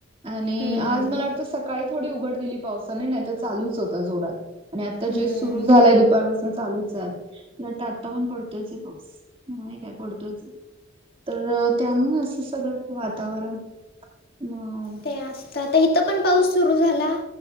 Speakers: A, on the right (about 25°); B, on the left (about 45°).
A: आणि
B: हम्म,
A: आज मला वाटतं सकाळी थोडी उघड दिली पावसाने नाही तर चालूच होता जोरात. आणि आता
B: हम्म.
A: जे सुरू झालंय दुपारपासून चालूच आहे उलट आत्ता पण पडतोच आहे पाऊस. ह काय पडतोच तर त्यामुळे असं सगळं वातावरण. मग.
B: ते असत तर इथं पण पाऊस सुरू झाला